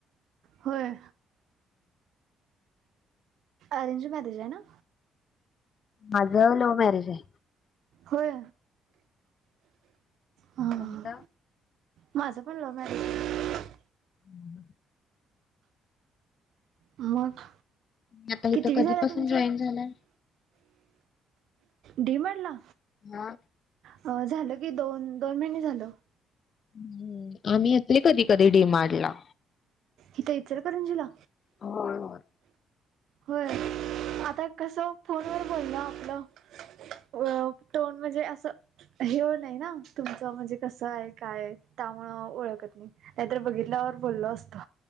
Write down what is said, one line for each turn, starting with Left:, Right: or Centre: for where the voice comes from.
Right: होय अरेंज मॅरेज आहे ना?
Left: माझं लव्ह मॅरेज आहे.
Right: होय. हां
Left: तुमचं?
Right: माझं पण लव्ह मॅरेज आहे.
Left: ह
Right: मग
Left: तुम्ही आता
Right: कितीवी
Left: इथं कधीपासून
Right: झाली तुमची?
Left: जॉईन झालाय?
Right: डी मार्ट ला?
Left: हा
Right: अ झालं की दोन दोन महिने झालं.
Left: हम्म आम्ही येतोय कधी कधी डि मार्ट ला
Right: इथ इचलकरंजीला
Left: होय होय.
Right: होय. आता कसं फोनवरर बोलण आपलं. अ टोन म्हणजे असं हे हो नाही ना तुमचं म्हणजे कसं आहे काय त्यामुळं ओळखत नाही नाहीतर बघितल्यावर बोललो असतो.